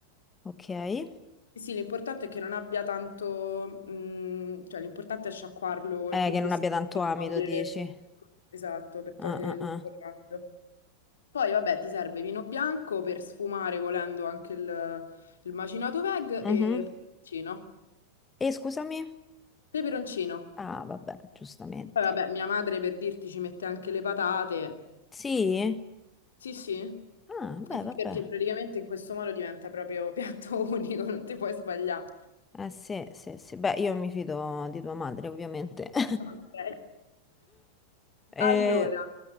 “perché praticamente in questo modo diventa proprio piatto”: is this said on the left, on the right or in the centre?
Left